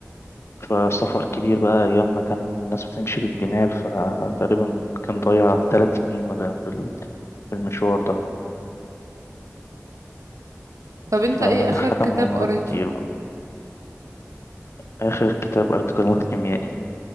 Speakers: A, on the left; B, on the right.
A: فسفر كبير بقى ايام ما كان الناس بتمشي بالجمال فتقريبا كان ضيع ثلاث سنين مثلا في ال- في المشوار ده
B: طب انت
A: فحاجه
B: ايه اخر كتاب
A: مغامرات
B: قريته؟
A: كتير بقى اخر كتاب قريته كان الخيميائي